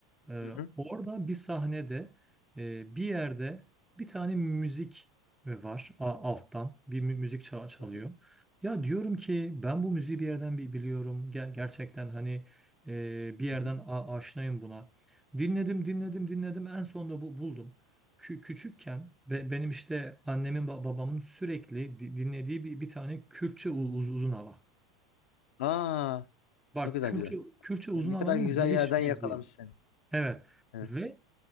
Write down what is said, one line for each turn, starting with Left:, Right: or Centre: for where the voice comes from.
Centre: E,
Left: Hı hı.
Centre: orada bir sahnede e, bir yerde bir tane müzik e, var a- alttan. Bir mü- müzik ça- çalıyor.
Left: Hı hı.
Centre: Ya diyorum ki ben bu müziği bir yerden bi- biliyorum. Ger- gerçekten hani e, bir yerden
Left: Hı hı.
Centre: a- aşinayım buna. Dinledim, dinledim, dinledim. En sonunda bu buldum kü- küçükken be- benim işte annemin ba- babamın sürekli di- dinlediği bir, bir tane Kürtçe u- uz- uzun hava.
Left: Aa
Centre: Bak
Left: ne kadar
Centre: Kürtçe
Left: güzel.
Centre: Kürtçe uzun
Left: Ya Ne
Centre: havanın
Left: kadar güzel
Centre: giriş
Left: yerden
Centre: müziği.
Left: yakalamış seni.
Centre: Evet.
Left: Evet
Centre: Ve